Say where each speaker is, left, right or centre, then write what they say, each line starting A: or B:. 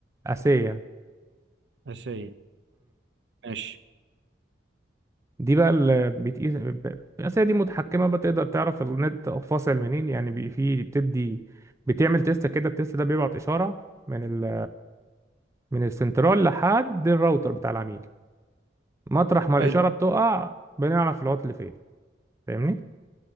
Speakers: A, on the right; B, on the right.
A: اسية
B: اساسيه ماشي
A: دي بقى اللي بتقيس ب- الأسئلة دي متحكمة بقى تقدر تعرف النت فاصل منين يعني بي- في بتدي بتعمل تيست كده التيست ده بيبعت إشارة من ال من السنترال لحد الراوتر بتاع العميل مطرح ما الإشارة
B: حلو
A: اه بتقع بنعرف العطل فين فاهمني؟